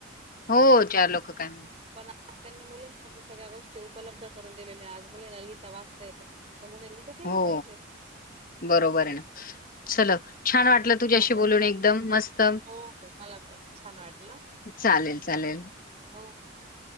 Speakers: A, on the left; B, on the right.
A: हो, चार लोक काय म्हणतात.
B: पण आज त्यांनी मुलीं सगळ्या गोष्टी उपलब्ध करून दिलेल्या आज मुली लिहिता वाचता येत. तर मुलांनी तर केलं
A: हो,
B: पाहिजे.
A: बरोबर आहे ना चल छान वाटलं तुझ्याशी
B: चालेल
A: बोलून एकदम मस्त.
B: हो हो छान वाटल.
A: चालेल चालेल.
B: <unintelligible> हो हो